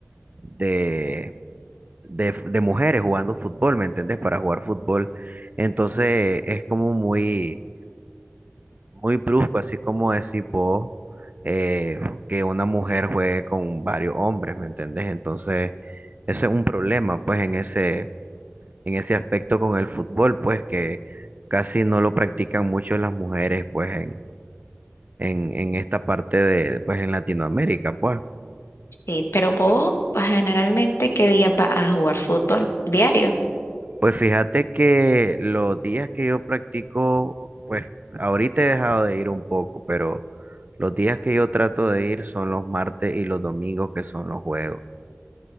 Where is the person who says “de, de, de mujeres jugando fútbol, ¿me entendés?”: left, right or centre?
Right